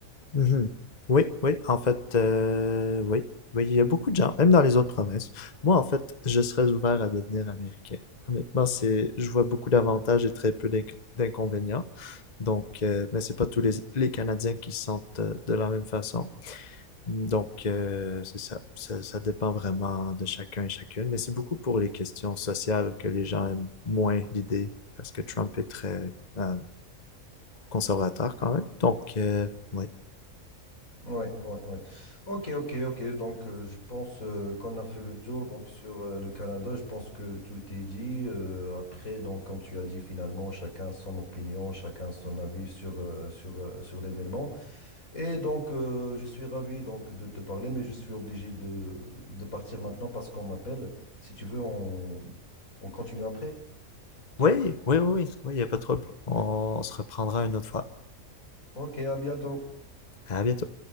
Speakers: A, on the left; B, on the left.
A: Mhm. Oui, oui, en fait, euh, oui, oui, il y a beaucoup de gens, même dans les autres provinces. Moi, en fait, je serais ouvert à devenir américain. Honnêtement, c'est, je vois beaucoup d'avantages et très peu d'inc- d'inconvénients. Donc, euh, mais c'est pas tous les, les Canadiens qui se sentent euh, de la même façon. Donc, euh, c'est ça. ça. Ça dépend vraiment de chacun et chacune. Mais c'est beaucoup pour les questions sociales que les gens aiment moins l'idée, parce que Trump est très euh, conservateur quand même. Donc, euh, oui.
B: Ouais, ouais, ouais. Ok, ok, ok. Donc euh, je pense euh, qu'on a fait le tour. Donc sur euh, le Canada, je pense que tout est dit. Euh, après, donc comme tu as dit, finalement, chacun son opinion, chacun son avis sur euh, sur euh, sur l'événement. Et donc, euh, je suis ravi donc de te parler, mais je suis obligé de, de partir maintenant parce qu'on m'appelle. Si tu veux, on, on continue après.
A: Oui, oui, oui, oui, Oui, il n'y a pas de trouble. On se reprendra une autre fois.
B: Ok, à bientôt.
A: À bientôt.